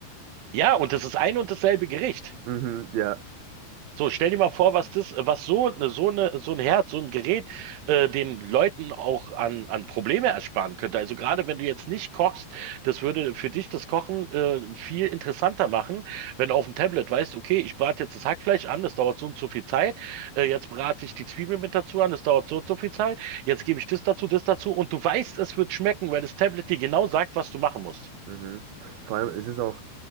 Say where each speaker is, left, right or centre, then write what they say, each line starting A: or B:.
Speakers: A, on the right; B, on the right.
A: Ja, und das ist ein und dasselbe Gericht.
B: <laughs> mhm, ja.
A: So, stell dir mal vor, was das, was so eine, so eine, so ein Herd, so ein Gerät, äh, den Leuten auch an, an Probleme ersparen könnte. Also gerade wenn du jetzt nicht kochst, das würde für dich das Kochen, äh, viel interessanter machen, wenn du auf dem Tablet weißt, okay, ich brate jetzt das Hackfleisch an, das dauert so und so viel Zeit. Äh, jetzt brate ich die Zwiebel mit dazu an, das dauert so und so viel Zeit. Jetzt gebe ich das dazu, das dazu und du weißt, es wird schmecken, weil das Tablet dir genau sagt, was du machen musst.
B: Mhm. Vor allem, es ist auch.